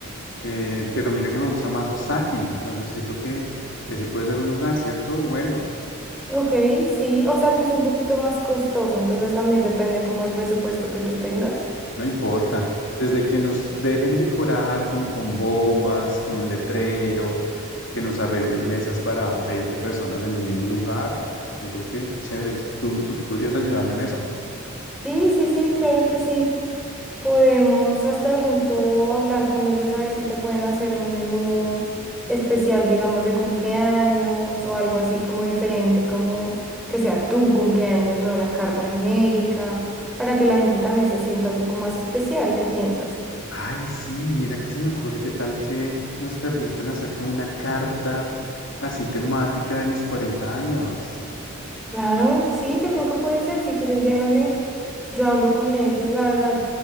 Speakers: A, on the left (about 60°); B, in the centre.
A: Eh, pero mira que me gusta más Osaki, entonces yo creo que ese puede ser un lugar, ¿cierto? Bueno,
B: Ok, sí, o sea que es un poquito más costoso, entonces también depende como el presupuesto que tú tengas.
A: no importa. Desde que nos dejen decorar como con bombas, con un letrero, que nos arreglen mesas para 20 personas en un mismo lugar, yo creo que chévere. ¿Tú, tú podrías ayudarme en eso?
B: Sí, sí, sí, claro que sí. Podemos hasta de pronto hablar con ellos a ver si te pueden hacer un menú especial, digamos, de cumpleaños o algo así como diferente, como que sea tu cumpleaños, no la carta genérica, para que la gente también se sienta un poco más especial. ¿Qué piensas?
A: Ay, sí, mira que se me ocurre que tal que nos permitan hacer como una carta así temática de mis 40 años.
B: Claro, sí, yo creo que puede ser. Si quieres, déjame. Yo hablo con ellos, la verdad,